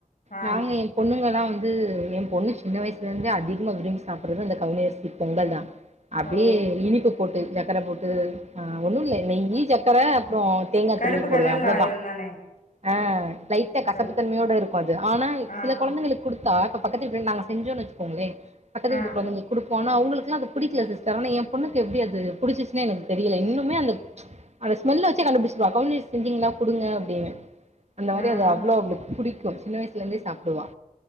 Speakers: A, on the left; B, on the right.
A: ஆ
B: நாங்க என் பொண்ணுங்கல்லா வந்து என் பொண்ணு சின்ன வயசுல இருந்தே அதிகமா விரும்பி சாப்புறது இந்த கவுனி அரிசி பொங்கல் தா அப்டியே
A: ஓ
B: இனிப்பு போட்டு சக்கர போட்டு ஆ ஒண்ணுல்ல நெய்யி சக்கர அப்புற தேங்கா
A: கருப்பு
B: திருவி போடுவே
A: கலர்ல
B: அவ்ளதா
A: ஆயிரு தானே
B: ஆ லைட்டா கசப்புத்
A: கரு
B: தன்மையோட இருக்கு அது ஆனா
A: ஆ
B: சில குழந்தைகளுக்கு கொடுத்தா பக்கத்து வீட்ல நாங்க செஞ்சோன்னு வச்சுக்கோங்களே பக்கத்து
A: ஆ
B: வீட்டு கொழந்தைங்களுக்கு குடுப்போ ஆனா அவுங்களுக்குலா அது புடிக்கல சிஸ்டர் ஆனா ஏ பொண்ணுக் கு எப்டி அது புடிச்சிச்சுன்னே எனக்கு தெரில இன்னுமே அந்த அந்த ஸ்மெல்ல வச்சே கண்டுபிடிச்சிருவா கவுனி அரிசி செஞ்சிங்களா குடுங்க அப்டின்னு அந்த மாரி
A: ஆ ஆ
B: அது அவ்வளோ அவளுக்கு புடிக்கும் சின்ன வயசுல இருந்தே சாப்டுவா